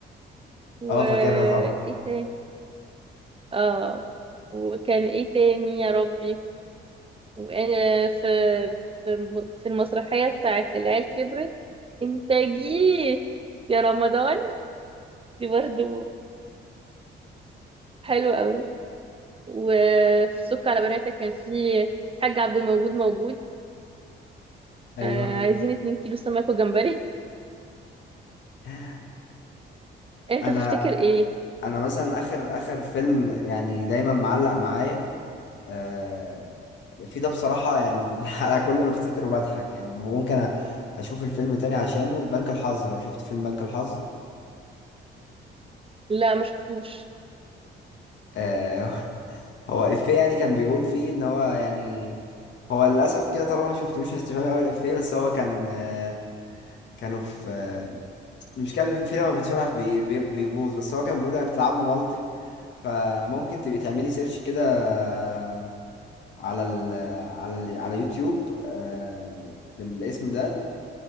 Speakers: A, on the right; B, on the left.
A: و
B: أه فاكرها طبعا
A: ايه تاني اه وكان ايه تاني يا ربي وانا في في في المسرحية بتاعت العيال كبرت انت جيت يا رمضان دي برضو حلوة قوي وفي سك على بناتك كان في حاج عبد الموجود موجود
B: أيوه
A: آه عايزين 2 كيلو سمك وجمبري
B: <laughs>
A: انت
B: انا
A: تفتكر ايه
B: انا مثلا اخر اخر فيلم يعني دايما معلق معايا آه، في ده بصراحة يعني <laughs> أنا كل ما أفتكره بضحك يعني ممكن أ- أشوف الفيلم تاني عشانه بنك الحظ لو شفت فيلم بنك الحظ
A: لا ما شفتوش
B: آه، <laughs> هو إفيه يعني كان بيقول فيه إن هو يعني هو للأسف كده طالما ما شفتوش هتفهمي أوي الإفيه بس هو كان آه، كانوا في آه، المشكلة إن الفيلم لما بتشرح بي- بي- بيبوظ بس هو كان بيقول يعني بتلعبوا مالتي فممكن تبقي تعملي سيرش كده آه، على ال على ال على يوتيوب آه، بالاسم ده